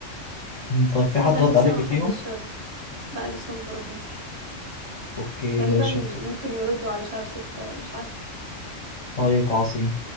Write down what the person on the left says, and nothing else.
مم، طيب في
حد
رد
عليك
فيهم؟
اوكي
ماشي
طيب عظيم